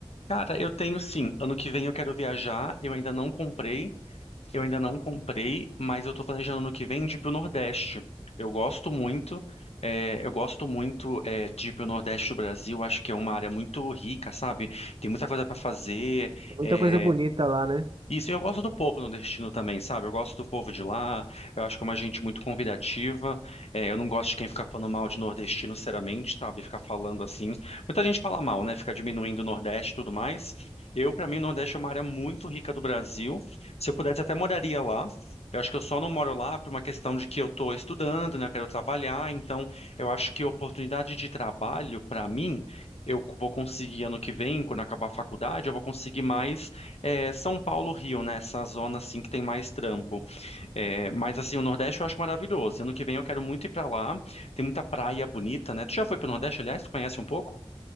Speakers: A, on the left (about 80°); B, on the right (about 55°).
A: Cara, eu tenho sim. Ano que vem eu quero viajar, eu ainda não comprei, Eu ainda não comprei, mas eu tô planejando no que vem de ir pro Nordeste. Eu gosto muito, é, eu gosto muito é, de ir pro Nordeste do Brasil. Acho que é uma área muito rica, sabe? Tem muita coisa para fazer.
B: Tem muita
A: eh,
B: coisa bonita lá, né?
A: isso, e eu gosto do povo nordestino também, sabe? Eu gosto do povo de lá, eu acho que é uma gente muito convidativa. é, eu não gosto de quem fica falando mal de nordestino, sinceramente, sabe? Ficar falando assim. Muita gente fala mal, né? Fica diminuindo o Nordeste e tudo mais. Eu, pra mim, o Nordeste é uma área muito rica do Brasil. Se eu pudesse, até moraria lá. Eu acho que eu só não moro lá por uma questão de que eu tô estudando, né? Eu quero trabalhar. Então, eu acho que oportunidade de trabalho, pra mim, eu vou conseguir ano que vem, quando acabar a faculdade, eu vou conseguir mais é, São Paulo, Rio, né? Essa zona assim que tem mais trampo. É, mas assim, o Nordeste eu acho maravilhoso. Ano que vem eu quero muito ir pra lá. Tem muita praia bonita, né? Tu já foi pro Nordeste, aliás? Tu conhece um pouco?